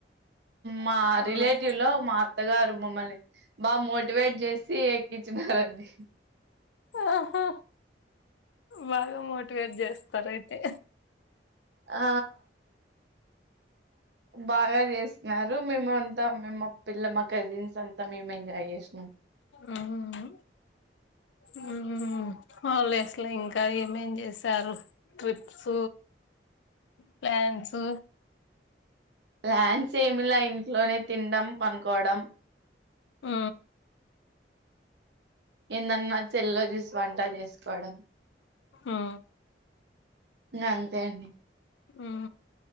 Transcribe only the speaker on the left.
ఉమ్
ఓహో బాగా మోటివేట్ చేస్తారు అయితే
ఆ ఆ హ్మ్ హాలిడేస్ల ఇంకా ఏమేం చేశారు ట్రిప్స్ ప్లాన్స్
ఉ
ఆ
హు